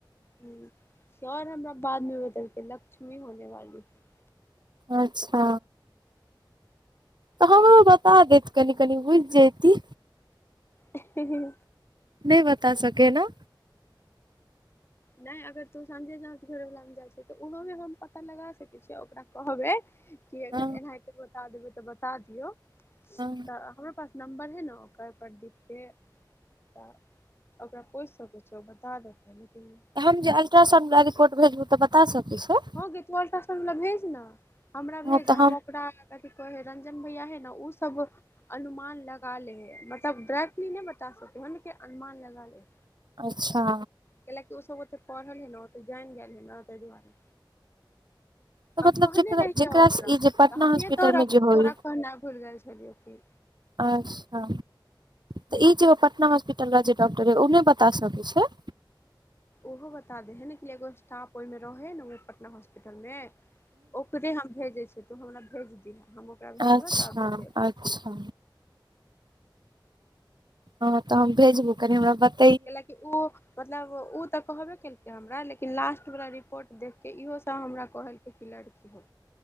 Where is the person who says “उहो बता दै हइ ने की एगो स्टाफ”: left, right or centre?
Left